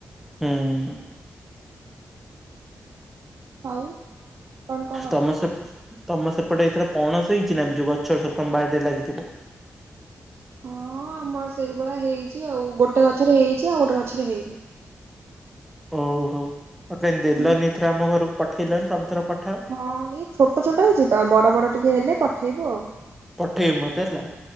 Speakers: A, in the centre; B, on the right (about 70°).
A: ହୁଁ।
B: ଆଉ କଣ କହ?
A: ତମେ ସେ ତମ ସେପଟେ ଏଇଥର ପଣସ ହେଇଛିି ନା? ଯୋଉ ଗଛ ରେ ସବୁ ବାଡି ରେ ଲାଗିଥିବ।
B: ହଁ ଆମର ସେଇଭଳିଆ ହେଇଛି ଆଉ ଗୋଟେ ଗଛରେ ହେଇଛି ଆଉ ଗୋଟେ ଗଛରେ ହେଇନି।
A: ଓ ହୋ ଆଉ କାଇଁ ଦେଲନି
B: ହୁଁ
A: ଏଥର ଆମ ଘରକୁ ପଠେଇଲନି ସବୁଥର ପଠାଅ।
B: ହଁ ଏଇ ଛୋଟ ଛୋଟ ହେଇଛି ତ ବଡ ବଡ ଟିକେ ହେଲେ ପଠେଇବୁ ଆଉ।
A: ପଠେଇବୁ ମତେ ହେଲା।